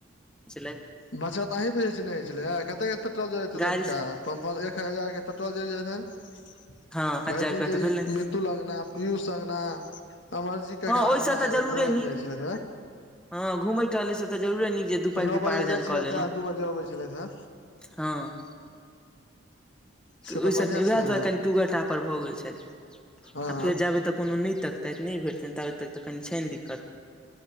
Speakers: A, in the centre; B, on the left.
A: छेलैथ
B: बचत अहीं भुझै नेइ छलै कते के पेट्रोल जरैत हेतैन‌
A: गाड़ी
B: इनका पम्प पर एक हजार के पेट्रोल जरि जाय हनि
A: हँ पाँच
B: भरि
A: हजार
B: दिन
A: रुपआ
B: जे
A: तऽ भेलै
B: ई अतुल अंगगना पीयूष अगना अमरजी काका
A: हँ ओहिसँ
B: अंगगना
A: तऽ जरूरे
B: जे बोआइत
A: नीक
B: रहै छल
A: हँ घुमै टहलै से त जरुरे नीक जे दू पाई
B: नओ
A: के उपार्जन
B: बजे जाइ छलथि
A: कऽ लेलहुँ
B: हे दू बजे अबै छलथि हे
A: हँ तऽ
B: से
A: ओहि
B: बढ़िआँ
A: उएह
B: छलनि
A: दुआ‌कनि
B: हेँ
A: टुगर टापर भऽ गेल छथि
B: हँ
A: आ फेर जेबै तऽ कोनो नहि तकतैथ नहि भेटतनि ताबे तक तऽ कनि छनि दिक्कत